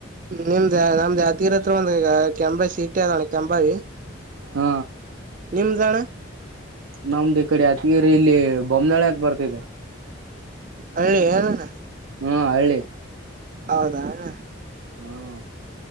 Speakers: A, on the right (about 40°); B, on the right (about 85°).
A: ನಮ್ದು ಯಾದಗಿರಿ ಅತ್ರ ಒಂದು ಕೆಂಬಾಯಿ ಸಿಟಿ ಅದ ಅಣ್ಣ ಕೆಂಬಾಯಿ
B: ಹ
A: ನಿಮ್ದನ್ನ
B: ನಮ್ದು ಈ ಕಡೆ ಯಾತಗಿರಿ ಇಲ್ಲಿ ಬೊಮ್ಮನಹಳ್ಳಿ ಅಂತ ಬರ್ತಿದೆ
A: ಹಳ್ಳಿ ಎನ್ ಅಣ್ಣ
B: ಹ್ಮ ಹಳ್ಳಿ
A: ಹೌದಾ ಅಣ್ಣ
B: ಹ್ಮ್